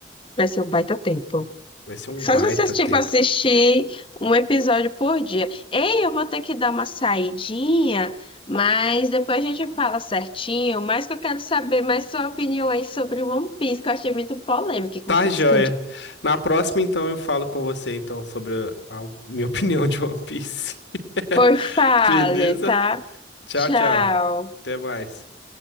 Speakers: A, on the left (about 30°); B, on the left (about 90°).
A: vai ser um baita tempo.
B: Vai ser um
A: Só
B: baita
A: se vocês, tipo,
B: tempo.
A: assistir um episódio por dia. Ei, eu vou ter que dar uma saidinha, mas depois a gente fala certinho. Mas que eu quero saber mais sua opinião aí sobre One Piece, que eu achei muito polêmico que
B: Tá,
A: você
B: joia.
A: descreveu.
B: Na próxima, então, eu falo com você então sobre a a minha <laughs> opinião de One Piece. <laughs>
A: Por fale,
B: Beleza?
A: tá?
B: Tchau,
A: Tchau.
B: tchau. Até mais.